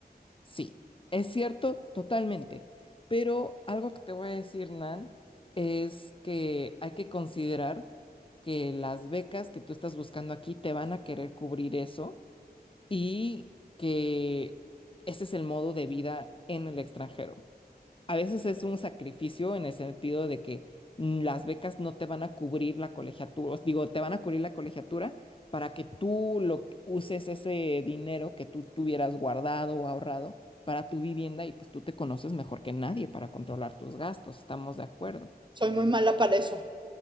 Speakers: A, on the left; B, on the right.
A: Sí, es cierto totalmente, pero algo que te voy a decir, Nan, es que hay que considerar que las becas que tú estás buscando aquí te van a querer cubrir eso y que ese es el modo de vida en el extranjero a veces es un sacrificio en el sentido de que mm, las becas no te van a cubrir la colegiatura, os digo, te van a cubrir la colegiatura para que tú lo que- uses ese dinero que tú tuvieras guardado o ahorrado para tu vivienda y pues tú te conoces mejor que nadie para controlar tus gastos, estamos de acuerdo.
B: Soy muy mala para eso.